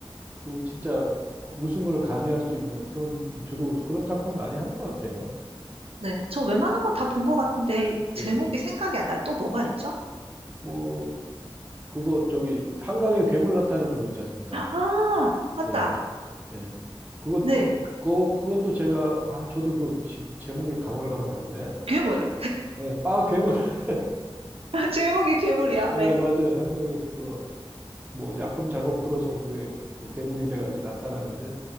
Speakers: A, on the right; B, on the right.
A: 그 진짜 그 웃음을 가미할 수 있는 그런, 주로 그런 작품을 많이 하는 것 같아요.
B: 네. 저 웬만한 건 다 본 것 같은데, 이 제목이
A: 예.
B: 생각이 안 나요. 또 뭐가 있죠?
A: 뭐, 그거 저기, 한강에 괴물 나타나는 거 있지 않습니까?
B: 아, 맞다.
A: 예. 예. 그것,
B: 네.
A: 그, 그 그것도 제가, 아, 저도 그 지- 제목이 가물가물한데,
B: 괴물.
A: 네. 아, 괴물, <laughs>
B: <laughs> 제목이 괴물이야.
A: 네,
B: 네.
A: 맞아요. 한강에 그거, 뭐, 약품 잘못 풀어서 그게, 그 괴물이 돼가지고 나타나는데,